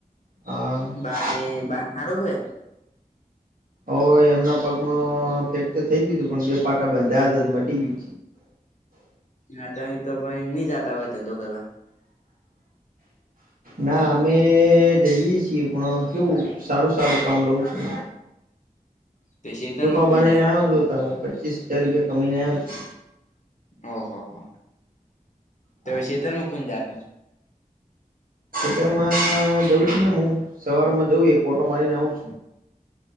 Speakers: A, on the right (about 75°); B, on the left (about 55°).
A: હ
B: બા ને બાપ હારો હે
A: હવ એમના પગમાં ફેકચર થઇ ગયું તું પણ બે પાટા બંધા હતા જ મટી ગય
B: નાતા ઇ તો ભઈ ની જાતા આવો ધંધો કરવા
A: ના અમે જઈએ છીએ પણ કેવું સારું સારું કામ લઉં છું
B: તો શેતરમાં
A: સોફા
B: કુણ
A: બનાવીને
B: જાય
A: આવ્યો છું અતાર માં પચીસ હજાર રૂપિયા કમઈન આયો છું
B: ઓ હો હો તો
A: હા
B: સીતન મૂકું જાતે
A: ખેતરમાં જઉં છું ને હું સવારમાં જઉ એક ઓટો મારીન આવું